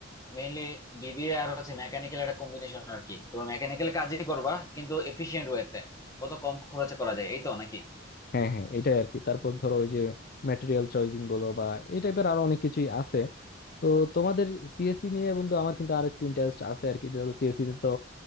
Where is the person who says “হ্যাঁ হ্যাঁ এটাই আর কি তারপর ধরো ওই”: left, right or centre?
Left